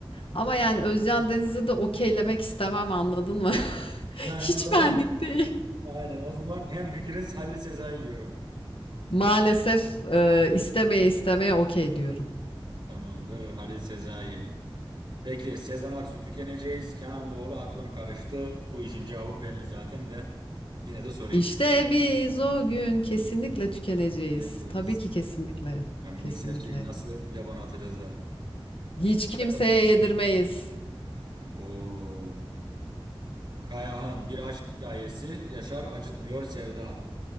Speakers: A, on the left; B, on the right.
A: Ama yani Özcan Deniz'i de okeylemek istemem anladın mı? <laughs>
B: Yani
A: Hiç
B: o zaman
A: benlik değil.
B: aynen o zaman hem fikiriz Halil Sezai diyorum.
A: Maalesef e, istemeye istemeye okey diyorum.
B: Tamamdır Halil Sezai. Peki Sezen Aksu tükeneceğiz. Kenan Doğulu aklım karıştı. Bu işin cevabı belli zaten de. Yine de sorayım.
A: İşte biz o gün kesinlikle tükeneceğiz.
B: Tükeneceğiz.
A: Tabii ki kesinlikle.
B: Ya minik
A: Kesinlikle.
B: serçeyi nasıl yaban atacağız da
A: Hiç
B: şu birkaç
A: kimseye
B: adımını.
A: yedirmeyiz.
B: Oo. Kayahan bir aşk hikayesi. Yaşar acıtmıyor Sevda'an.